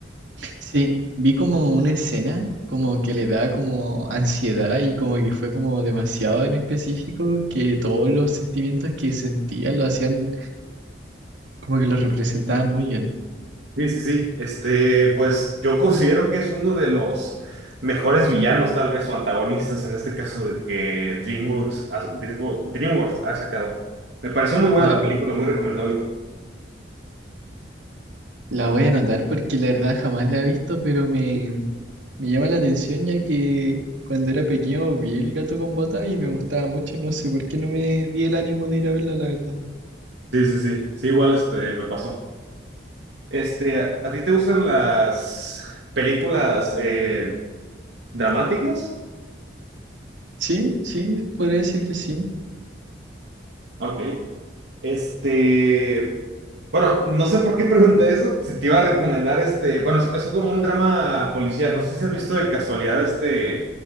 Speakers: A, on the right; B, on the right.
A: sí, vi como una escena como que le da como ansiedad y como que fue como demasiado en específico que todos los sentimientos que sentía lo hacían como que los representaban muy bien.
B: Sí, sí, sí. Este, pues yo considero que es uno de los mejores villanos, tal vez, o antagonistas en este caso de que DreamWorks, ha- DreamWor- DreamWorks ha sacado. Me pareció muy buena
A: Claro.
B: la película, muy recomendable.
A: La voy a anotar porque la verdad jamás la he visto, pero me, me llama la atención ya que cuando era pequeño vi el gato con botas y me gustaba mucho. No sé por qué no me di el ánimo de ir a verla, la verdad.
B: Sí, sí, sí. Sí, igual este me pasó. Este, ¿a ti te gustan las películas eh, dramáticas?
A: Sí, sí, podría decir que sí.
B: Ok. Este. Bueno, no sé por qué pregunté eso, si te iba a recomendar este, bueno, es, es un- como un drama policial, no sé si has visto de casualidad este,